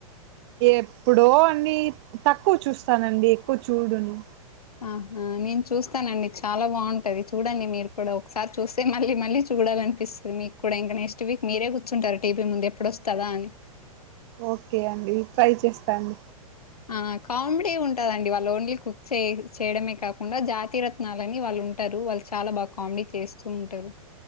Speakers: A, on the right; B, on the left.
A: ఎప్పుడో అన్ని తక్కువ చూస్తానండి ఎక్కువ చూడను
B: ఆహ నేను చూస్తానండి చాలా బాగుంటది చూడండి మీరు కూడా ఒకసారి చూస్తే మళ్ళీ మళ్ళీ చూడాలని పిస్తుంది మీకు కూడా ఇంకా నెక్స్ట్ వీక్ మీరే కూర్చుంటారు టీవీ ముందు ఎప్పుడు వస్తదా అని
A: ఓకే అండి ట్రై చేస్తన్
B: ఆ కామెడీ ఉంటదండి వాళ్ళు ఓన్లీ కుక్ చే చేయడమే కాకుండా జాతిరత్ త్నాలని వాళ్ళు ఉంటారు వాళ్ళు చాలా బాగా కామెడీ చేస్తూ ఉంటారు